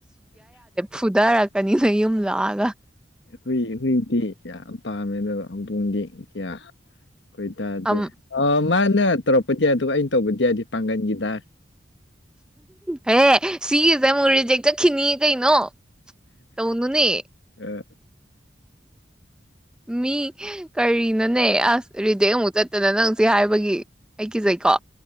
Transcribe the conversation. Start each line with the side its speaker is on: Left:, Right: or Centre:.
Centre: ꯐꯨꯗꯔꯛꯀꯅꯤ ꯅꯌꯨꯝ ꯂꯥꯛꯑꯒ
Left: ꯍꯨꯏ ꯍꯨꯏꯗꯤ ꯌꯥꯝ ꯄꯥꯝꯃꯦ ꯑꯗꯨꯒ ꯍꯧꯗꯣꯡꯗꯤ ꯀꯌꯥ ꯈꯣꯢꯗꯥꯗꯦ
Centre: ꯑꯝ
Left: ꯑ ꯃꯥꯅ ꯇꯧꯔꯛꯄꯗꯤ ꯌꯥ ꯑꯗꯨꯒ ꯑꯩꯅ ꯇꯧꯕꯗꯤ ꯌꯥꯗꯤ ꯄꯥꯡꯒꯟꯒꯤꯗ
Centre: ꯍꯦ ꯁꯤꯒꯤꯁꯦ ꯑꯃꯨꯛ ꯔꯤꯖꯦꯛ ꯆꯠꯈꯤꯅꯤꯌꯦ ꯀꯩꯅꯣ ꯇꯧꯅꯨꯅꯦ
Left: ꯑ
Centre: ꯃꯤ ꯀꯔꯤꯅꯣꯅꯦ ꯑꯁ ꯔꯤꯗꯤꯦꯛ ꯑꯃꯨꯛ ꯆꯠꯇꯅ ꯅꯪ ꯁꯤ ꯍꯥꯏꯕꯒꯤ ꯑꯩ ꯀꯤꯖꯩꯀꯣ